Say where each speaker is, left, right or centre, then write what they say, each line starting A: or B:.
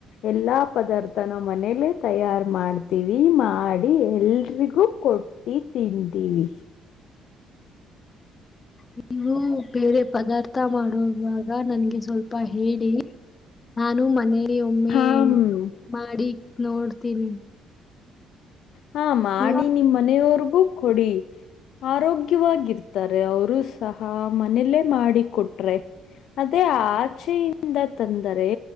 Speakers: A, on the left (about 60°); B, on the left (about 30°).
A: ಎಲ್ಲಾ ಪದಾರ್ಥನ ಮನೇಲ್ಲೇ ತಯಾರ್ ಮಾಡ್ತೀವಿ ಮಾಡಿ ನಡಿ ಎಲ್ರಿಗೂ ಕೊಟ್ಟಿ ತಂತೀವಿ <inaudible>
B: ನೀವು ಬೇರೆ ಪದಾರ್ಥ ಮಾಡುವವಾಗ ನನ್ಗೆ ಸ್ವಲ್ಪ ಹೇಳಿ ನಾನು ಮನೇಲಿ ಒಮ್ಮೆ
A: ಹಾ ಮ್,
B: ಮಾಡಿ ನೋಡ್ತೀನಿ
A: ಹಾ ಮಾಡಿ
B: ನೀವು
A: ನಿಮ್ ಮನೆಯವರ್ಗೂ ಕೊಡಿ ಆರೋಗ್ಯವಾಗಿರ್ತಾರೆ ಅವರು ಸಹ ಮನೇಲ್ಲೇ ಮಾಡಿಿಕೊಟ್ರೆ ಅದೇ ಆಚೆಯಿಂದ ತಂದರೆ